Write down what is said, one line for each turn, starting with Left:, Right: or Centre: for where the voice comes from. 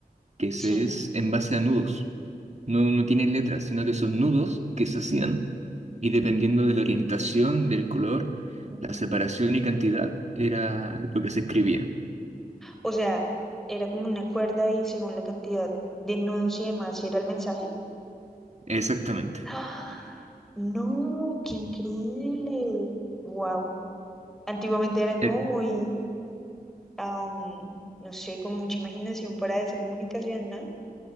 Right: que se
Centre: Sí.
Right: es en base a nudos. No, no tienen letras, sino que son nudos que se hacían y dependiendo de la orientación, del color,
Centre: ujú.
Right: la separación y cantidad, era lo que se escribía.
Centre: O sea, era como una cuerda y según la cantidad de nudos y demás, ¿sí era el mensaje.
Right: Exactamente.
Centre: ¡Ah! No, qué increíble. Wow. Antiguamente eran como
Right: Eh,
Centre: muy, am, no sé, con mucha imaginación para esa comunicación, ¿no?